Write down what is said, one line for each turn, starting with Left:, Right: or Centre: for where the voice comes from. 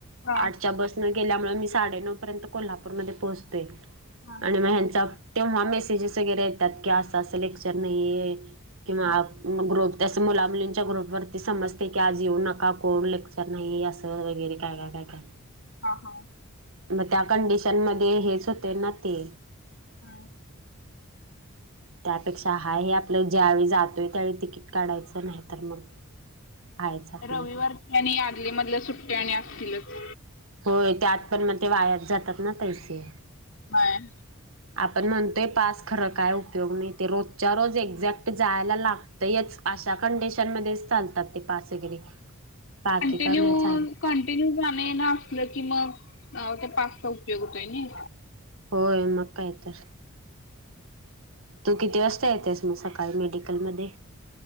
Left: हा
Right: आठच्या बस न गेल्यामुळे मी साडेनऊ पर्यंत कोल्हापूरमध्ये पोहचतोय.
Left: हा
Right: आणि मग ह्यांचा तेव्हा मेसेजेस वगैरे येतात की असं, असं लेक्चर नाही आहे. किंवा
Left: हा
Right: मग ग्रोथ. तसं मुला मुलींच्या ग्रुपवरती समजते की आज येऊ नका कोण लेक्चर नाही असं वगैरे काय काय काय..
Left: हा, हा.
Right: मग त्या कंडिशन मध्ये हेच होते ना ते.
Left: हा
Right: त्यापेक्षा हाय हे आपलं ज्यावेळी जातोय त्यावेळी तिकीट काढायचं नाही तर मग. आहेच आपलं
Left: रविवारचं आणि आदली मधल्या सुट्ट्या आणि आतीलच.
Right: होय त्यात पण मग ते वायाच जातात ना पैसे.
Left: बाय.
Right: आपण म्हणतोय पास खरं काय उपयोग नाही ते रोजच्या रोज एक्झॅक्ट जायला लागत. तयेच, अशा कंडिशन मध्येच चालतात. ते पास वगैरे पाकी
Left: कंटिन्यू
Right: कर नाही चालत.
Left: कंटिन्यू जाणं एनं असल की मग त्या पासचा उपयोग होतोय नाई.
Right: होय, मग काय तर. तू किती वाजता येतेस मग सकाळी मेडिकलमध्ये?